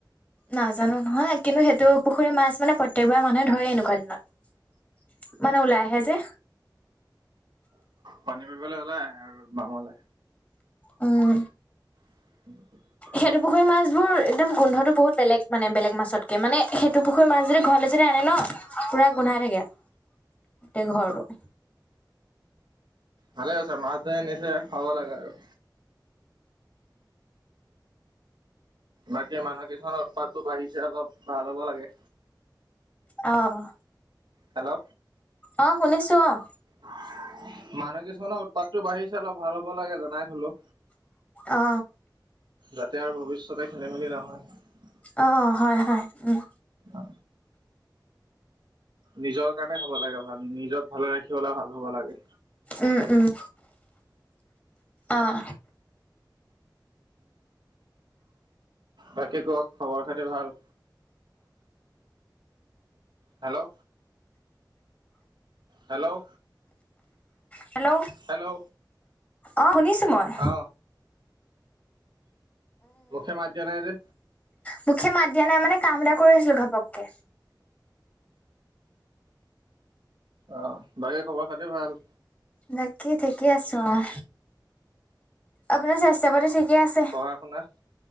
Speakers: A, on the left (about 20°); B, on the right (about 70°).
A: নাজানো নহয়। কিন্তু সেইটো পুখুৰী মাছ মানে প্ৰত্যয়েকবাৰ মানুহে ধৰে এনেকুৱা দিনত। মানে ওলাই আহে যে।
B: পানী <unintelligible> ওলাই আহে আৰু বামলে।
A: উম।
B: <unintelligible>
A: সেইটো পুখুৰী মাছ বোৰ একদম গোন্ধটো বহুত বেলেগ মানে, বেলেগ মাছতকে মানে সেইটু পুখুৰী মাছ যদি ঘৰলে যদি আনে ন পুৰা গোন্ধাই থাকে। গোটেই ঘৰটো।
B: ভালে আছে, মাছ ধৰি নিচে খাব লাগে আৰু। বাকী মানুহ কিছুমানৰ উৎপাতটো বাঢ়িছে অলপ ভাল হ'ব লাগে।
A: অ'।
B: হেলো।
A: অ', শুনিছোঁ অ'।
B: মানুহ কিছুমানৰ উৎপাততটো বাঢ়িছে অলপ ভাল হ'ব লাগে জনাই থলো।
A: অ।
B: যাতে আৰু ভৱিষ্যতে খেলি মেলি নহয়।
A: অ', অ', হয়-হয়। উম।
B: অ। নিজৰ কাৰণে হ'ব লাগে ভাল। নিজক ভালে ৰাখিবলে ভাল হ'ব লাগে।
A: উম, উম। অ'।
B: বাকী কওক, খবৰ-খাতি ভাল? হেলো। হেল্ল'
A: হেল্ল'
B: হেল্ল'
A: অ', শুনিছ ময়।
B: অ মুখে মাত দিয়া নাই যে?
A: মুখে মাত দিয়া নাই, মানে কাম এটা কৰি আছিলো ঘপককে।
B: অ', বাকী খবৰ খাতি ভাল?
A: বাকী ঠিকে আছো, অ'। আপোনাৰ স্বাস্থ্য-পাতি ঠি কি আছে।
B: পঢ়া শুনা